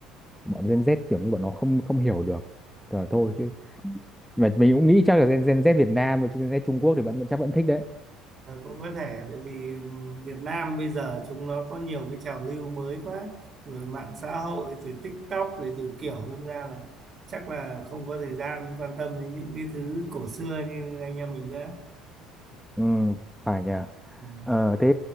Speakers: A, in the centre; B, on the right.
A: bọn Gen Z kiểu như bọn nó không không hiểu được rồi thôi
B: Ừ.
A: chứ mà mình cũng nghĩ chắc là Gen, Gen Z Việt Nam rồi chứ Gen Z Trung Quốc thì vẫn vẫn chắc vẫn thích đấy
B: à, cũng có thể tại vì Việt Nam bây giờ chúng nó có nhiều cái trào lưu mới quá rồi mạng xã hội rồi TikTok rồi đủ kiểu đâm ra là chắc là không có thời gian quan tâm đến những cái thứ cổ xưa như anh em mình nữa
A: ừ, phải nhỉ
B: Ừ.
A: ờ, thế